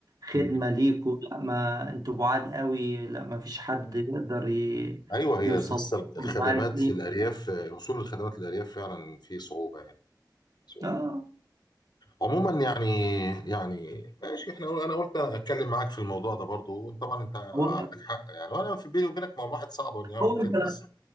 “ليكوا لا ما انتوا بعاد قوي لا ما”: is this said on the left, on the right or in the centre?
Right